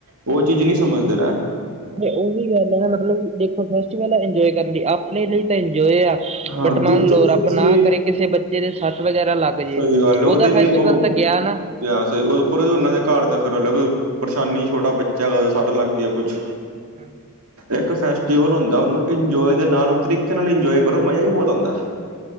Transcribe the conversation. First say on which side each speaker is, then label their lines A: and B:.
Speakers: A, on the right; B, on the right.
A: ਉਹ ਚੀਜ਼ ਨਹੀਂ ਸਮਝਦੇ ਨਾ
B: ਤੇ ਉਹੀ ਗੱਲ ਹੈ ਮਤਲਬ ਦੇਖੋ ਫੈਸਟੀਵਲ ਆ ਇੰਜੋਏ ਕਰਨ ਦੀ ਆਪਣੇ ਲਈ ਤਾਂ ਇੰਜੋਏ ਆ
A: ਹਾਂ
B: ਬਟ
A: ਦੂਜੇ
B: ਮੰਨ ਲਓ
A: ਲਈ
B: ਰੱਬ
A: ਕਿਸੇ
B: ਨਾ
A: ਦੀ
B: ਕਰੇ ਕਿਸੇ ਬੱਚੇ ਦੇ ਸੱਟ ਵਗੈਰਾ ਲੱਗ ਜੇ,
A: ਸਹੀ ਗੱਲ
B: ਉਹਦਾ
A: ਉਹਦੇ ਲਈ
B: ਫੈਸਟੀਵਲ
A: ਉਹ
B: ਤਾਂ ਗਿਆ ਨਾ
A: ਸਹੀ ਉਦਪਰ ਉਹਨਾਂ ਦੇ ਘਰ ਤੇ ਫਿਰ ਪਰੇਸ਼ਾਨੀ ਛੋਟਾ ਬੱਚਾ ਸੱਟ ਲੱਗ ਗਿਆ ਕੁਛ
B: ਹਮ
A: ਇੱਕ ਫੈਸਟੀਵਲ ਹੁੰਦਾ ਉਹਨੂੰ ਇੰਜੋਏ ਦੇ ਨਾਲ ਤਰੀਕੇ ਨਾਲ ਇੰਜੋਏ ਪਰ ਉਹ ਮਜ਼ਾ ਹੀ ਬੌਤ ਆਦਾ,